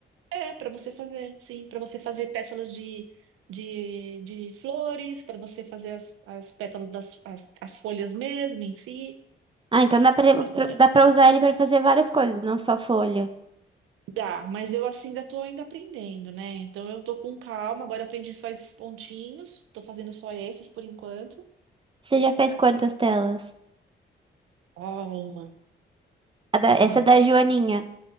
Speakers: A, on the right; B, on the right.
A: É, para você fazer, sim, para você fazer pétalas de, de, de flores, para você fazer as, as pétalas das as, as folhas mesmo em si.
B: Ah, então dá pra, pra-
A: Agora,
B: dá pra usar ele pra fazer várias coisas, não só folha.
A: Dá, mas eu assim ainda tô ainda aprendendo, né? Então eu tô com calma, agora aprendi só esses pontinhos, tô fazendo só esses por enquanto.
B: Você já fez quantas telas?
A: Só uma,
B: A
A: só
B: da-
A: uma.
B: essa da Joaninha.